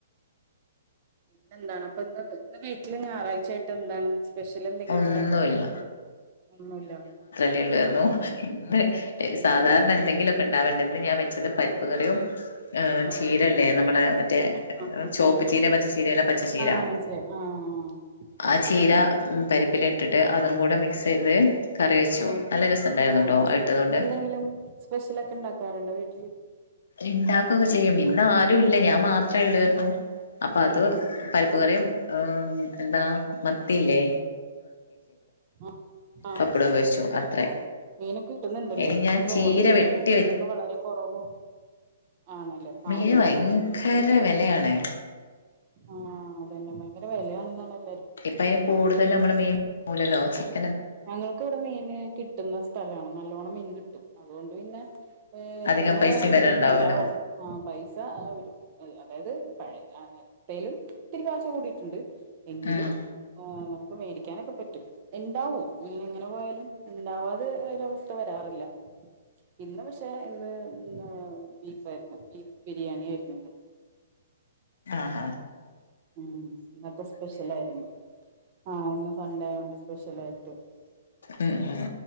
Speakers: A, on the right (about 35°); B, on the left (about 75°).
A: പിന്നെന്താണ് അപ്പൊ ഇന്ന് ഇന്ന് വീട്ടില് ഞായറാഴ്ചായിട്ട് എന്താണ് സ്പെഷ്യൽ എന്തെങ്കിലും
B: ഒന്നുമില്ല
A: ഉണ്ടാക്കിയോ. ഒന്നൂല്ല
B: ള്ളത് ഇന്ന് സാധാരണ എന്തെങ്കിലും ഉണ്ടാവേണ്ടത് ഞാൻ വെച്ചത് പരിപ്പ് കറിയും ഏ
A: ഓഹ്
B: ചീരല്ലേ നമ്മള മറ്റേ
A: ആഹ് ആഹ്
B: ചോപ്പ് ചീര പച്ചച്ചീരല്ല പച്ചച്ചീര.
A: ആഹ് മനസ്സിലായി ആഹ് ഓ
B: ആ
A: അത്
B: ചീര
A: ഉം
B: ഇട്ടട്ട് അതും കൂടെ മിക്സ് ചെയ്ത് കറി വെച്ചു
A: ആഹഹ
B: നല്ല രസമുണ്ടായിരുന്നു
A: ആ
B: കേട്ടോ ഇട്ടത് കൊണ്ട്
A: എന്തെങ്കിലും സ്പെഷ്യലൊക്കെ ഉണ്ടാക്കാറുണ്ടോ വീട്ടില്.
B: ഇണ്ടാക്കുകൊക്കെ ചെയ്യും ഇന്ന ആരുും ഇല്ല ഞാൻ മാത്രേ ഉള്ളരുന്നു അപ്പൊ
A: ഉം
B: അത് പരിപ്പ് കറിയും ഹ എന്താ മത്തില്ലേ
A: ആ ആ
B: പപ്പടം പൊരിച്ചു അത്രേ
A: ഓ മീനൊക്കെ കിട്ടുന്നുണ്ടല്ലേ
B: ഇനി ഞാൻ
A: പെട്രോളിംഗ
B: ചീര
A: ഒക്കെ
B: വെട്ടി
A: കണ്ട് മീനൊക്കെ വളരെ കുറവും. ആണല്ലേ നാളത്തേക്കായിരിക്കും
B: മീൻ ഭയങ്കര വിലയാണെ
A: ആഹ അതന്നെ ഭയങ്കര വെലയാണ് <unintelligible>
B: ഇപ്പ അതിന് കൂടുതൽ നമ്മള് മീ <unintelligible>
A: ഞങ്ങൾക്കിവിടെ മീന് കിട്ടുന്ന സ്ഥലാണ് നല്ലോണ്ണം മീൻ കിട്ടും അതുകൊണ്ട് പിന്നെ ഏ
B: അധികം
A: എങ്ങനെ
B: പൈസയും
A: പോയാലും
B: വരണ്ടാവൂലോ
A: മീന്ണ്ടാവും ആ പൈസ ഒരു അതായത് പഴയ ആ എപ്പേലും ത്തിരി കാശ് കൂടിയിട്ടുണ്ട് എങ്കിലും
B: ഉം
A: ആ മേടിക്കാനൊക്കെ പറ്റും ഉണ്ടാവും ഇന എങ്ങനെ പോയാലും ഉണ്ടാവാതെ ഒരവസ്ഥ വരാറില്ല. ഇന്ന് പക്ഷെ ഇന്ന് ന്ന് ബീഫായിരുന്നു. ബീഫ് ബിരിയാണിയിരുന്നു ഇന്ന്
B: ആഹ
A: ഉ എന്നൊക്കെ സ്പെഷ്യൽ ആയിരുന്നു ആഹ <unintelligible> സ്പെഷ്യലായിട്ടും.
B: ഉം ഉം